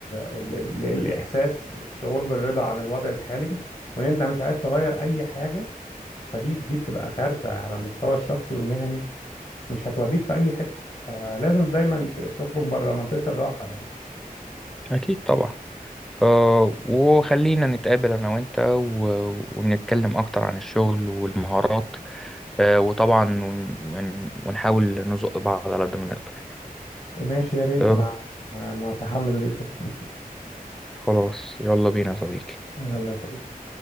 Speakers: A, on the left; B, in the centre.
A: ل... للاحساس الشعور بالرضا عن الوضع الحالي وان انت مش عايز تغير اي حاجه فدي دي بتبقى كارثة على المستوى الشخصي والمهني مش هتوديك في أي حتة فلازم دايما ت- تخرج بره منطقة الراحة يعني
B: أكيد طبعا أه وخلينا نتقابل أنا وأنت و... ونتكلم أكتر عن الشغل والمهارات أه وطبعا ون... ون- ونحاول نزق بعض على قد ما نقدر
A: ماشي يا ريت
B: أه
A: أنا أنا متحمس جدا <laughs>
B: خلاص يلا بينا يا صديقي
A: يلا يا صديقي